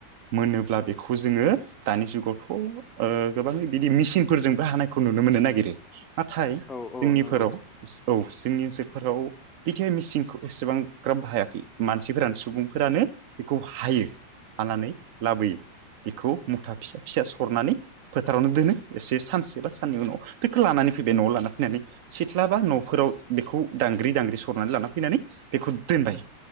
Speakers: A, on the right; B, on the left.
A: मोनोब्ला बेखौ जोङो दानि जुगाव थ' ओ गोबां बिदि मेचिंफोरजोंबो हानायखौ नुनो मोननो नागिरो। नाथाय
B: औ
A: जोंनिफोराव
B: औ नंगौ
A: औ जोंनि ओनसोलफोराव बिथिंहाय मिचिंखौ एसेबां ग्राम बाहायाखै मानसिफोरानो सुबुंफोरानो बेखौ हायो। हानानै लाबोयो बेखौ मुथासा फिसा सरनानै फोथारावनो दोनो एसे सानसे बा सानैनि उनाव बेखौ लानानै फैबाय न'वाव लाना फैनानै सिथ्ला बा न'फोराव बेखौ दांग्रि दांग्रि सरनानै लाना फैनानै बेखौ दोनबाय